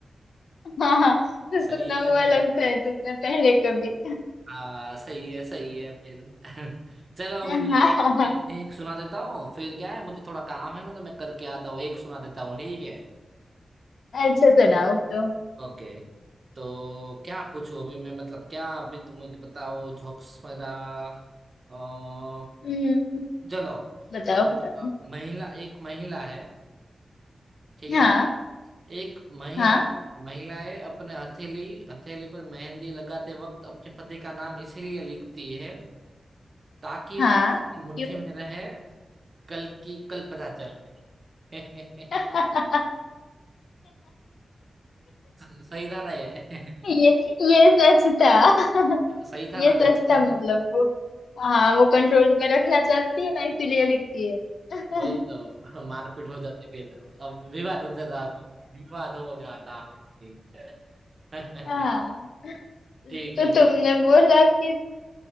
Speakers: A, on the left (about 80°); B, on the right (about 45°).
A: हाँ तो
B: सही
A: सुना
B: है
A: हुआ
B: सही
A: लगता है तुमने पहले कभी
B: हाँ सही है सही है फिर <laughs> चलो अभी
A: हाँ
B: मैं एक, एक, एक सुना देता हूँ फिर क्या है मुझे थोड़ा काम है ना तो मैं करके आता हूँ एक सुना देता हूँ ठीक है
A: अच्छा सुनाओ तो
B: ओके तो क्या पूछूं अभी मैं मतलब क्या अभी तुम मुझे बताओ जोक्स मेरा अ,
A: हम्म,
B: चलो
A: बताओ बताओ
B: अ, महिला एक महिला है ठीक
A: हाँ
B: है एक महिला
A: हाँ
B: महिलाएं अपने हथेली हथेली पर मेहंदी लगाते वक्त अपने पति का नाम इसीलिए लिखती है ताकि
A: हाँ
B: वो उसकी मुट्ठी
A: क्यों
B: में रहे कल की कल पता चल <laughs>
A: <laughs>
B: सही था ना ये <laughs>
A: ये ये सच था <laughs>
B: सही था
A: ये
B: ना फिर
A: सच था
B: <laughs>
A: मतलब वो हाँ वो कंट्रोल में रखना चाहती है ना इसीलिए लिखती है <laughs>
B: वही तो मारपीट हो जाती फिर अब विवाद होता था विवाद हो जाता ठीक है
A: हाँ
B: <laughs>
A: तो
B: ठीक है ठीक
A: तुमने
B: है,
A: बोला कि